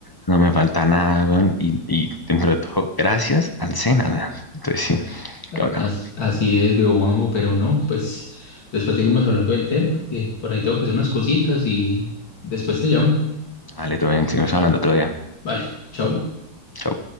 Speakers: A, on the left; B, on the left.
A: no me falta nada, weón, Y, y dentro de todo, gracias al SENA, weón. Entonces sí, qué bacano.
B: as- así es, veo Juanjo, pero no, pues después seguimos hablando del tema, que por ahí tengo que hacer unas cositas y después te llamo.
A: Vale, todo bien, seguimos hablando otro día.
B: Vale, chao.
A: Chao.